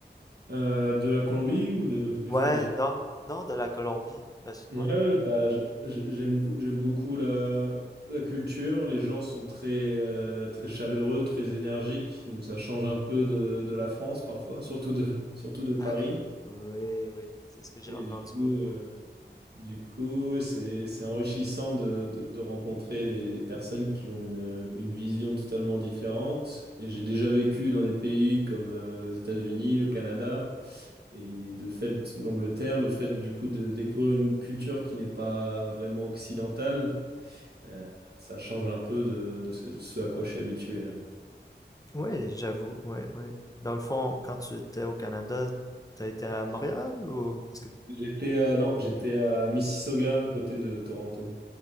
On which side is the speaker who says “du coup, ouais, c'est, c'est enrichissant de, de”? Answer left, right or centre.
Right